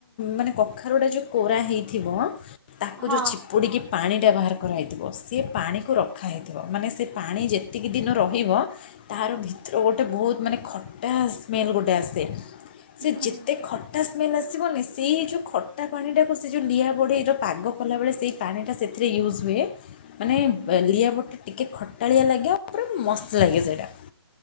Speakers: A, on the left (about 20°); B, on the right (about 65°).
A: ମାନେ କଖାରୁ ଗୋଟେ ଯୋଉ କୋରା ହେଇଥିବ ତାକୁ
B: ହଁ
A: ଯୋଉ ପୋଡ଼ିକି ପାଣିଟା ବାହାର କରାହୋଇଥିବ ସେ ପାଣିକୁ ରଖାହେଇଥିବ ମାନେ ସେ ପାଣି ଯେତିକି ଦିନ ରହିବ ତାର ଭିତରୁ ଗୋଟେ ବହୁତ ମାନେ ଖଟା ସ୍ମେଲ ଗୋଟେ ଆସେ ସେ
B: ହୁଁ
A: ଯେ ଏତେ ଖଟା ସ୍ମେଲ୍ ଆସିବନି ସେଇ ଯେଉଁ ଖଟା ପାଣିଟାକୁ ସେ ଯେଉଁ ଲିଆ ବୋଡ଼େଇର ପାଗ କଲାବେଳେ ସେଇ। ପଣିଟା ସେଥିରେ ୟୁଜ୍ ହୁଏ। ମାନେ
B: ହୁଁ।
A: ଲିଆପଟା ଟିକେ ଖଟାଳିଆ ଲାଗେ ଆଉ ପୁରା ମସ୍ତ ଲାଗେ ସେଇଟା।